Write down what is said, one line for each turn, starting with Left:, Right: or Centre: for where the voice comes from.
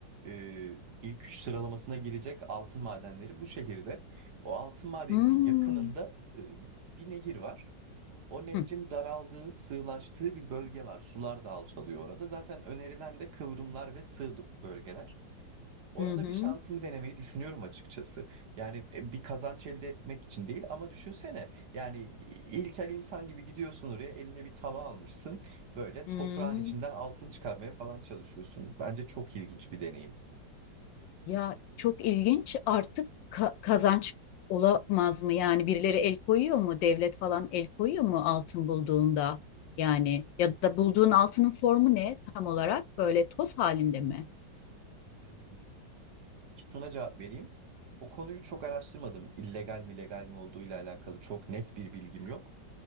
Right: e, ilk üç sıralamasına girecek altın madenleri bu şehirde. O altın madeninin
Left: Hmm.
Right: yakınında e, bir nehir var. O nehrin
Left: Hı
Right: daraldığı, sığlaştığı bir bölge var. Sular da alçalıyor orada. Zaten önerilen de kıvrımlar ve sığ bölgeler. Orada
Left: hı. hı.
Right: bir şansımı denemeyi düşünüyorum açıkçası. Yani e, bir kazanç elde etmek için değil ama düşünsene. Yani ilkel insan gibi gidiyorsun oraya eline bir tava almışsın. Böyle
Left: Hmm.
Right: toprağın içinden altın çıkarmaya falan çalışıyorsun. Bence çok ilginç bir deneyim.
Left: Ya çok ilginç artık ka- kazanç olamaz mı? Yani birileri el koyuyor mu? Devlet falan el koyuyor mu altın bulduğunda? Yani ya da bulduğun altının formu ne tam olarak? Böyle toz halinde mi?
Right: Ee, Şuna cevap vereyim. O konuyu çok araştırmadım. İllegal mi legal mi olduğuyla alakalı çok net bir bilgim yok.